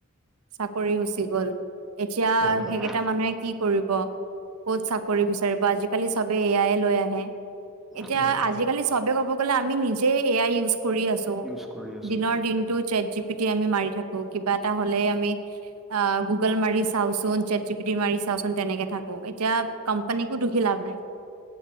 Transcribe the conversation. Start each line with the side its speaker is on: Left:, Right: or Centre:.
Right: চাকৰি গুচি গ গল এতিয়া
Centre: হয় হয়
Right: সেইকেইটা মানুহে কি কৰিব ক'ত চাকৰি বিচাৰিব বা আজিকালি চ ব এয়াইে লৈ আহে এতিয়া
Centre: হয়
Right: আজিকালি চবে ক'ব গ'লে আমি নিজ যে এ আই ইউজ কৰি আছো
Centre: ইউজ কৰি আছো
Right: দিনৰ
Centre: হয়
Right: দিনতটো
Centre: হয়
Right: চট জিপিটি আমি মাৰি থাকো কিবা এটা হলে আমি অ গুগল মাৰি চাওচোন চেট জি পিটি মাৰি চাওচোন তেনেকে থাক অ এতিয়া কোম্পানীিকো দুখী লাভ নাই